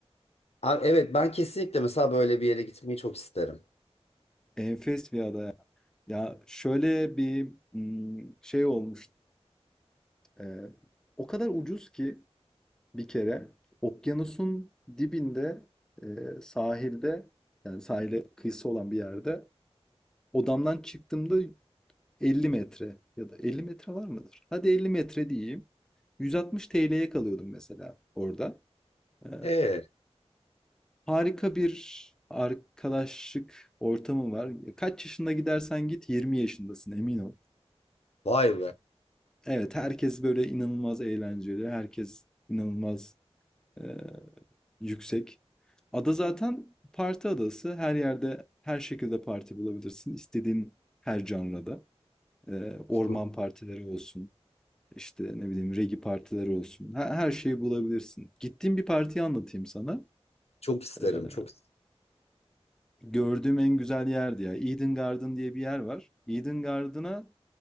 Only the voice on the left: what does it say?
Abi evet ben kesinlikle mesela böyle bir yere gitmeyi çok isterim.
E
Vay be.
Çok
isterim.
Çok